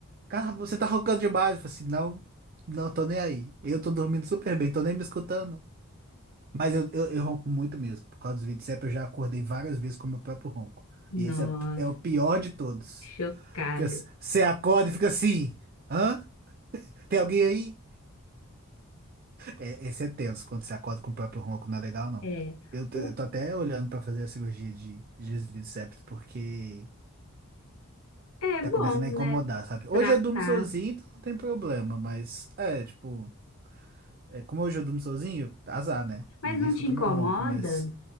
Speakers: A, on the right; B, on the left.
A: Cara, você tá roncando demais. Eu falei assim, não, não tô nem aí. Eu tô dormindo super bem, tô nem me escutando. Mas eu, eu, eu ronco muito mesmo. Por causa dos vídeos eu já acordei várias vezes com o meu próprio ronco. E esse
B: Nossa,
A: é, é o pior de todos.
B: chocada.
A: Porque você acorda e fica assim, hã? Tem alguém aí? É, esse é tenso, quando você acorda com o próprio ronco, não é legal, não.
B: É,
A: Eu tô,
B: o,
A: eu tô até olhando pra fazer a cirurgia de, de desvio de septo, porque
B: é
A: tá
B: bom,
A: começando a incomodar,
B: né?
A: sabe? Hoje
B: Tratar.
A: eu durmo sozinho, então não tem problema, mas é, tipo, é, como hoje eu durmo sozinho, azar, né?
B: Mas
A: Ninguém
B: não
A: escuta
B: te incomoda?
A: meu ronco, mas